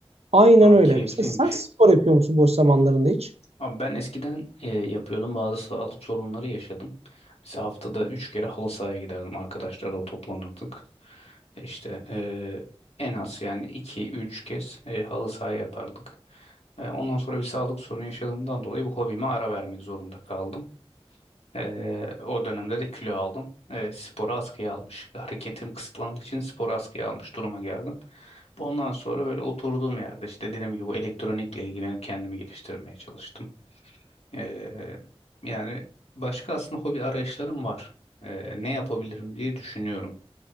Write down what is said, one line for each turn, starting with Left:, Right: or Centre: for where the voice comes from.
Right: Aynen
Left: Abi
Right: öyle.
Left: keyifliymiş.
Right: Sen, sen spor yapıyor musun boş zamanlarında hiç?
Left: Abi ben eskiden e, yapıyordum bazı sağlık sorunları yaşadım. Mesela haftada 3 kere halı sahaya giderdim. Arkadaşlarla toplanırdık. E, İşte e, en az yani iki üç kez e, halı sahaya yapardık. E, ondan sonra bir sağlık sorunu yaşadığımdan dolayı bu hobime ara vermek zorunda kaldım. Ee, o dönemde de kilo aldım. Ee, sporu askıya almış. Hareketim kısıtlandığı için sporu askıya almış duruma geldim. Ondan sonra böyle oturduğum yerde işte dediğim gibi bu elektronikle ilgilenip kendimi geliştirmeye çalıştım. Ee, yani başka aslında hobi arayışlarım var. Ee, ne yapabilirim diye düşünüyorum.